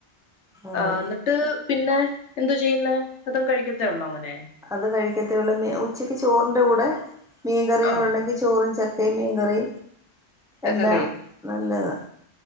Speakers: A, in the centre; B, on the left.
A: അതെ
B: ആ ന്ന് ട്ട് പിന്നെ എന്തു ചെയ്യുന്നേ അതും കഴിക്കത്തേ ഒള്ളൂ അങ്ങനെ
A: അത് കഴിക്കത്തേയുള്ളൂ മീ ഉച്ചക്ക് ചോറിന്റെ കൂടെ മീൻ കറിയും
B: ആ
A: കൂടെ ഉണ്ടെങ്കി ചോറും ചക്കയും മീൻകറി
B: ഒക്കെ
A: എല്ലാം നല്ലതാ